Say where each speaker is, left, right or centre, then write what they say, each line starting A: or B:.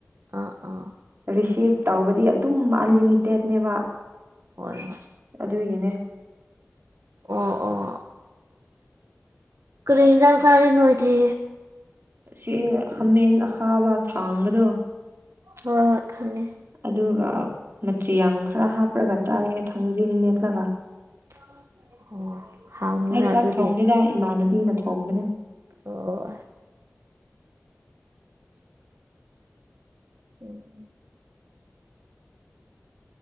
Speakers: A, on the right; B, on the right.
A: ꯑꯥ ꯑꯥ
B: ꯔꯤꯁꯤꯞ ꯇꯧꯕꯗꯤ ꯑꯗꯨꯝ ꯑꯟꯂꯤꯃꯤꯇꯦꯠꯅꯦꯕ
A: ꯍꯣꯏ ꯍꯣꯏ
B: ꯑꯗꯨꯒꯤꯅꯦ
A: ꯑꯣ ꯑꯣ ꯀꯔꯤ ꯌꯦꯟꯖꯥꯡ ꯆꯥꯔꯤꯅꯣꯏꯗꯤ
B: ꯁꯦ ꯍꯥꯃꯦꯟ ꯑꯈꯥꯕ ꯁꯥꯡꯕꯗꯣ
A: ꯍꯣꯏ ꯍꯣꯏ ꯈꯪꯉꯦ
B: ꯑꯗꯨꯒ ꯃꯆꯤꯌꯥꯡ ꯈꯔ ꯍꯥꯞꯄꯒ ꯆꯥꯏꯑ ꯊꯥꯡꯖꯤꯡ ꯃꯦꯠꯂꯒ
A: ꯑ ꯑꯣ ꯍꯥꯎꯅꯤꯅ
B: ꯑꯩ ꯆꯥꯛ
A: ꯑꯗꯨꯗꯤ
B: ꯊꯣꯡꯗꯦꯗ ꯏꯃꯥꯟꯅꯕꯤꯅ ꯊꯣꯡꯕꯅꯦ
A: ꯑꯣ ꯎꯝ ꯎꯝ